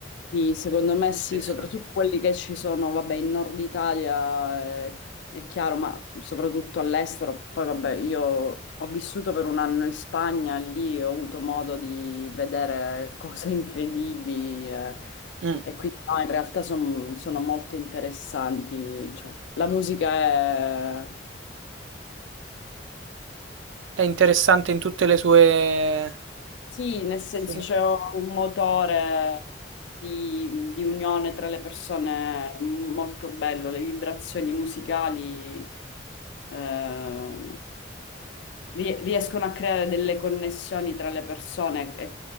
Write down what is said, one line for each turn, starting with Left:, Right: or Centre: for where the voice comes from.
Left: Sì, secondo me sì,
Right: interessanti.
Left: soprattutto quelli che ci sono, vabbè, in Nord Italia eh, è, chiaro, ma soprattutto all'estero. Poi, vabbè, io ho vissuto per un anno in Spagna, lì ho avuto modo di vedere cose <laughs> incredibili eh,
Right: Mm.
Left: e quindi no, in realtà son- sono molto interessanti. Cioè, la musica è
Right: È interessante in tutte le sue
Left: Sì, nel senso
Right: sfumature.
Left: c'è un motore di, di unione tra le persone molto bello, le vibrazioni musicali eh, ri- riescono a creare delle connessioni tra le persone e